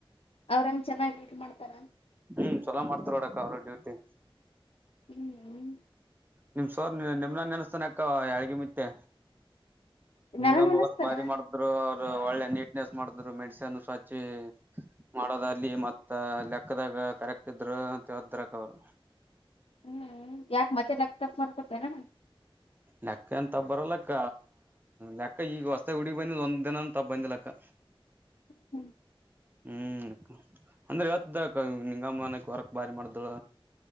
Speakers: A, on the left; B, on the right.
A: ಅವ್ರಂಗ ಚೆನ್ನಾಗ್ ಮಾಡ್ತಾರ.
B: ಹ್ಮ್ ಚಲೋ ಮಾಡ್ತಾರ ನೋಡಕ್ಕ ಅವ್ರರು ಡ್ಯೂಟಿ.
A: ಹ್ಮ್
B: ನಿಮ್ ಸೋರ್ ನಿಮನ ನೆನಸ್ತಾನ ಅಕ್ಕ ಯಳ್ಗಿ ಮತ್ತೆ. ನಿಂಗಮ್ಮ
A: ನನನ್ ಅನಸ್ತಾನ
B: ಅವರ್ ಬಾರಿ ಮಾಡಿದ್ರು. ಒಳ್ಳೆ ನೀಟ್ನೆಸ್ ಮಾಡ್ರು ಮೆಡನ್ ಸ್ವಛಿ ಮಾಡೋದಲ್ಲಿ ಮ ಲೆಕ್ಕದಾಗ ಕರೆಕ್ಟ್ ಇದ್ರು ಅಂತೇಳ್ದರಕ ಅವ್ರು
A: ಹ್ಮ್ ಯಾಕೆ ಮತ್ತೆ ಕ್ಟಾಪ್ ಮಾಡಕೊತನೆ ನು
B: ಲೆಕ್ಕ ಅಂತ ತ ಬರಲ್ಲಕ್ಕ ಲೆಕ್ಕ ಈಗ ಹೊಸತೆ ಹುಡಗ ಬಂದ ಒಂದ್ ದಿನ ತ ಬಂದಿ ಲಕ್ಕ
A: ಹ್ಮ್ ಹ್ಮ್
B: ಹ್ಮ್ ಅಂದ್ರೆ ಯಾವತ್ತದ ನಿಂಗಮ್ಮನಕ್ ಹೊರಕ್ ಬಾರಿ ಮಾಡ್ದಳ